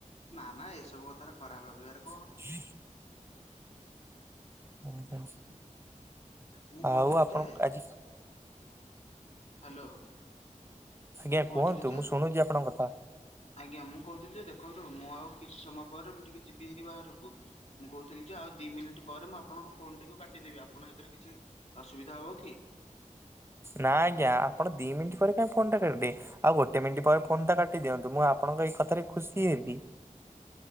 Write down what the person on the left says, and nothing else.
ନା ନା ଏସବୁ କଥାର ଖରାପ ଭାବିବାର
ମୁଁ କହୁଥିଲି
ଯେ
ହାଲୋ
ମୁଁ କହୁଥିଲି
ଯେ
ଆଜ୍ଞା ମୁଁ କହୁଥିଲି ଯେ ଦେଖନ୍ତୁ ମୁଁ ଆଉ କିଛି ସମୟ ପରେ ମୁଁ ଟିକେ ଯିବି ହେରି ବାହାରକୁ। ମୁଁ କହୁଥିଲି ଯେ ଆଉ ଦି ମିନିଟ୍ ପରେ ମୁଁ ଆପଣଙ୍କ ଫୋନ୍ ଟିକୁ କାଟିଦେବି। ଆପଣ ହେଇଥିରେ କିଛି ଅସୁବିଧା ହବ କି?